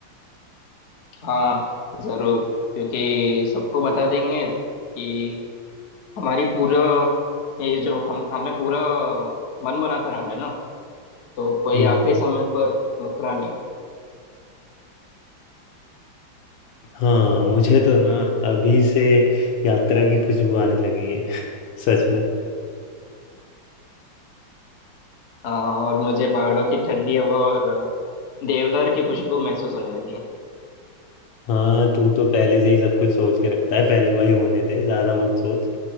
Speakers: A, on the left; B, on the left.
A: हाँ जरूर क्योंकि सबको बता देंगे कि हमारी पूरा ये जो हम हमें पूरा मन बना कराना है ना तो कोई
B: हम्म
A: आखिरी समय पर मुकरा नहीं
B: हाँ मुझे तो ना अभी से यात्रा की खुशबू आने लगी है <laughs> सच में
A: हाँ और मुझे पहाड़ों की ठंडी हवा और देवदार की खुशबू महसूस होने लगी है
B: हाँ तू तो पहले से ही सब कुछ सोच के रखता है पहले भाई होने दे ज्यादा मत सोच